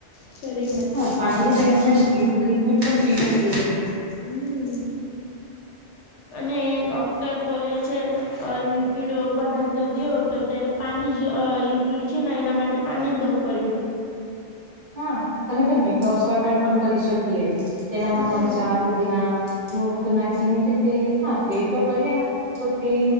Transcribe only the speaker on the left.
શરીર માટે
હમ અને ડોક્ટર બોલે છે અ લિક્વિડ પદાર્થ દેવ તો ત્યારે પાણી જ લિક્વિડ છે ને એના માટે પાણી દવ પડે
હમ